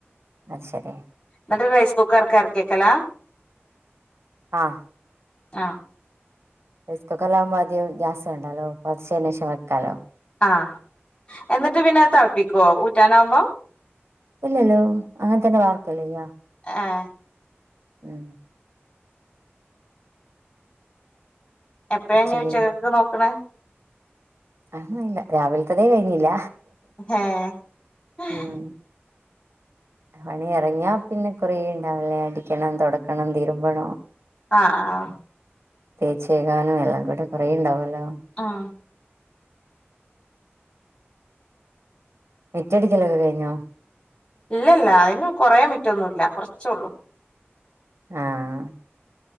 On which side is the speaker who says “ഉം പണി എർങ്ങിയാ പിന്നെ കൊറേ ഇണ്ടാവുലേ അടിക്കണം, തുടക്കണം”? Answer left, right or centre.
Right